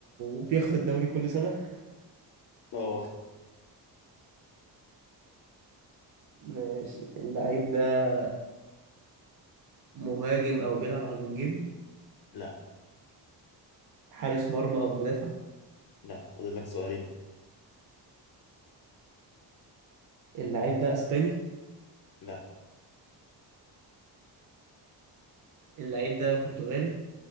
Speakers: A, on the right (about 50°); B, on the left (about 65°).
A: بياخد الدوري كل سنة
B: اه
A: ماشي اللعيب ده مهاجم أو بيلعب على الوينجين
B: لا
A: حارس مرمى أو مدافع
B: لا فاضل لك سؤالين
A: اللعيب ده أسباني
B: لا
A: اللعيب ده برتغالي